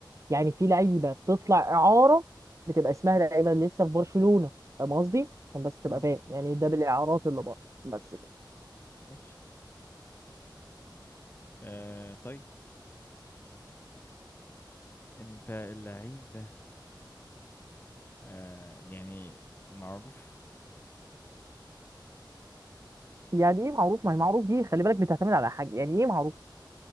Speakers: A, on the right; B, on the left.
A: يعني في لعيبه بتطلع اعاره بتبقى اسمها لعيبه اللي لسه في برشلونه فاهم قصدي عشان بس تبقى
B: اه
A: فاهم يعني ده بالاعارات اللي بره بس كده
B: ماشي آه طيب انت اللعيب ده آه يعني معروف
A: يعني ايه معروف ما هي معروف دي خلي بالك بتعتمد على حاجه يعني ايه معروف